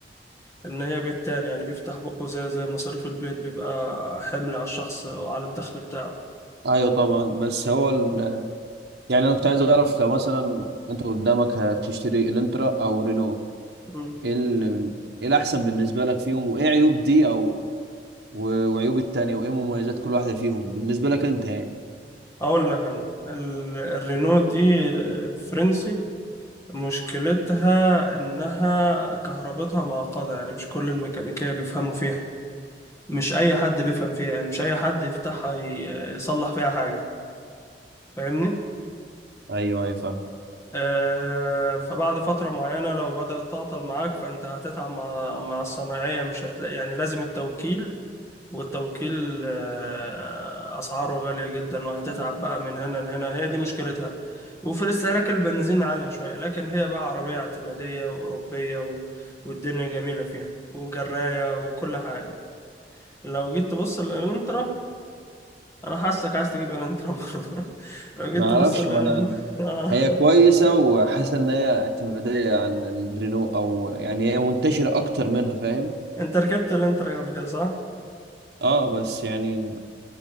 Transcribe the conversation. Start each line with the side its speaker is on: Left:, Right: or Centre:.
Left: إن هي بيت تاني يعني بيفتح بقه زي زي مصاريف البيت بيبقى حمل على الشخص وعلى الدخل بتاعه
Right: ايوه طبعا بس هو ال... يعني انا كنت عايز اعرف لو مثلا انت قدامك هتشتري الانترا او رينو
Left: مم.
Right: ايه ال... ايه الاحسن بالنسبه لك فيهم وايه عيوب دي او و- وعيوب التانية وايه مميزات كل واحده فيهم بالنسبه لك انت يعني
Left: أقول لك أنا ال- الرينو دي فرنسي مشكلتها إنها كهربتها معقدة يعني مش كل الميكانيكية بيفهموا فيها مش أي حد بيفهم فيها يعني مش أي حد يفتحها ي- يصلح فيها حاجة فاهمني؟
Right: ايوه ايوه فاهم
Left: آه فبعد فترة معينة لو بدأت تعطل معاك فأنت هتتعب مع, مع الصناعية مش هتلاقي يعني لازم التوكيل والتوكيل آه، أسعاره غالية جدا وهتتعب بقى من هنا لهنا هي دي مشكلتها وفي استهلاك البنزين عالية شوية لكن هي بقى عربية اعتمادية وأوروبية و... والدنيا جميلة فيها وجراية وكل حاجة لو جيت تبص للانترا أنا حاسك عايز تجيب الانترا برضه <laughs> لو جيت
Right: ما اعرفش
Left: تبص لل
Right: ما انا
Left: آه.
Right: هي
Left: <laughs>
Right: كويسه وحاسس ان هي اعتماديه عن الرينو او يعني هي منتشره اكتر منها فاهم
Left: أنت ركبت الانترا قبل كده صح؟
Right: اه بس يعني